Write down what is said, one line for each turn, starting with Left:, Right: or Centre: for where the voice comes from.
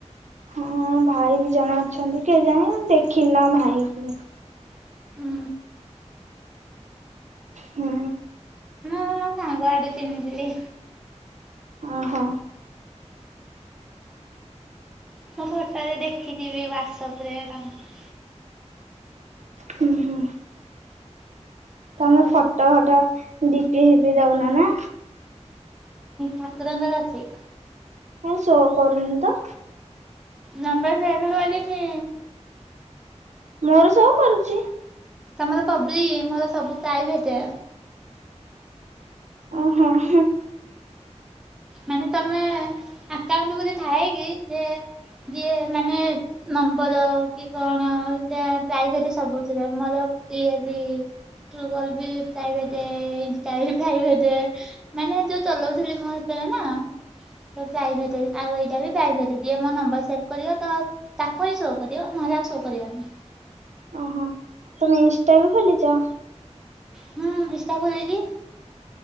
Right: ହଁ ଭାଇ ବି ଜଣେ ଅଛନ୍ତି କେଇଜାଣି ମୁ ଦେଖିନି ନା ଭାଇ କି।
Centre: ହୁଁ
Right: ହୁଁ।
Centre: ଅ ମୋ ସାଙ୍ଗ ଆଡୁ ଚିହ୍ନିଥିଲି।
Right: ଅ ହ।
Centre: ମୁଁ ଫଟୋ ରେ ଦେଖିଯିବି ହ୍ଵାଟସପ୍ ରେ ତାଙ୍କୁ।
Right: ହୁଁ ହୁଁ। ତମେ
Centre: ଆଉ
Right: ଫଟୋ ଫଟ ଡିପି ହେପି ଦଉନା ନା।
Centre: ଠାକୁରଙ୍କର ଅଛି।
Right: କାଇଁ ଶୋ କରୁନି ତ।
Centre: ନମ୍ବର ସେବ୍ କିରିନି।
Right: ମୋର ଶୋ କରୁଚି।
Centre: ତମର ପବ୍ଲି ମୋର ସବୁ ପ୍ରାଇଭେଟ୍।
Right: ଅ ହ ହୁଁ।
Centre: ମାନେ ତମେ ଆକାଉଣ୍ଟୁକୁ ଯଦି ଥାଏକି ଯେ ଯିଏ ମାନେ ନମ୍ବର କି କଣ ଯା ପ୍ରାଇଭେଟେ ସବୁ ଥିରେ ମୋର ଇଏ ବି ଟ୍ରଗଲ୍ ବି ପ୍ରାଇଭେଟ୍ ଇନଷ୍ଟା ବି ପ୍ରାଇଭେଟ୍ ମାନେ ଯୋଉ ଚଲଉଥିଲି ମୁଁ ସେତେବେଳେ ନା ପ୍ରାଇଭେଟ ଆଉ ଏଇଟା ବି ପ୍ରାଇଭେଟ ଜିଏ ମୋ ନମ୍ବର ସେଭ କରିବ ତ ତାକୁ ହିଁ ସୋ କରିବ ନହେଲେ ଆଉ ସୋଉ କରିବନି।
Right: ଓହୋ ତମେ ଇନଷ୍ଟା ବି ଖୋଲିଛ।
Centre: ହୁଁ ଇନଷ୍ଟା ଖୋଲିଛି।